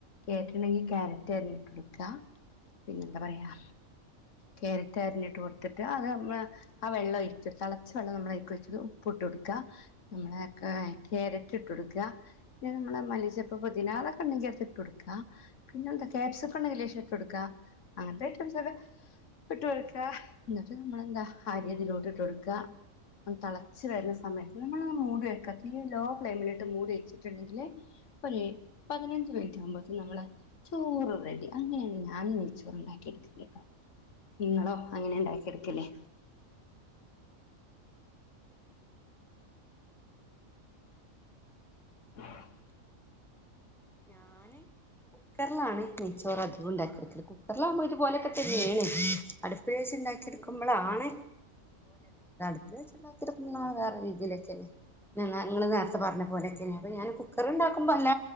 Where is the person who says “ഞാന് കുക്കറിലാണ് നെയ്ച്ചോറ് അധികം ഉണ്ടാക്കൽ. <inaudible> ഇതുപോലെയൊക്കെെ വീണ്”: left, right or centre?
Centre